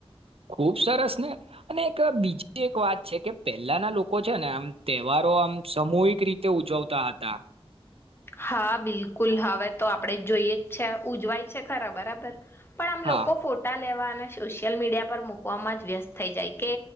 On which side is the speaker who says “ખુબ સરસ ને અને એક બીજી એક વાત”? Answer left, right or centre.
Right